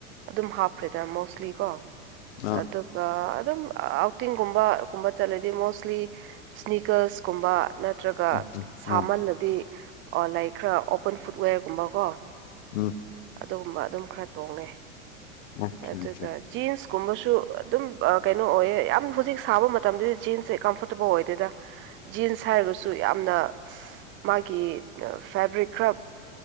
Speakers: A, on the right (about 30°); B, on the left (about 60°).
A: ꯑꯗꯨꯝ ꯍꯥꯞꯈ꯭ꯔꯦꯗ ꯃꯣꯁꯂꯤ ꯀꯣ
B: ꯑꯥ
A: ꯑꯗꯨꯒ ꯑꯗꯨꯝ ꯑꯥꯎꯇꯤꯡꯒꯨꯝꯕ ꯒꯨꯝꯕ ꯆꯠꯂꯗꯤ ꯃꯣꯁꯂꯤ ꯁ꯭ꯅꯤꯀꯜꯁꯀꯨꯝꯕ ꯅꯠ ꯅꯠꯇ꯭ꯔꯒ
B: ꯎꯝ ꯎꯝ
A: ꯁꯥꯃꯜꯂꯗꯤ
B: ꯑꯥ
A: ꯑꯣ ꯂꯩ ꯈꯔ ꯑꯣꯄꯟ ꯐꯨꯗꯋꯦꯔꯒꯨꯝꯕꯀꯣ
B: ꯎꯝ
A: ꯑꯗꯨꯒꯨꯝꯕ ꯑꯗꯨꯝ ꯈꯔ ꯇꯣꯡꯉꯦ
B: ꯑꯣꯀꯦ
A: ꯑꯗꯨꯒ
B: ꯑꯣꯀꯦ
A: ꯖꯤꯟꯁ ꯀꯨꯝꯕꯁꯨ ꯑꯗꯨꯝ ꯀꯩꯅꯣ ꯑꯣꯏꯌꯦ ꯌꯥꯝ ꯍꯧꯖꯤꯛ ꯁꯥꯕ ꯃꯇꯝꯗꯗꯤ ꯖꯤꯟꯁꯁꯦ ꯀꯝꯐꯣꯔꯇꯦꯕꯜ ꯑꯣꯏꯗꯦꯗ ꯖꯤꯟꯁ ꯍꯥꯏꯔꯒꯁꯨ ꯌꯥꯝꯅ ꯃꯥꯒꯤ ꯐꯦꯕ꯭ꯔꯤꯛ ꯈꯔ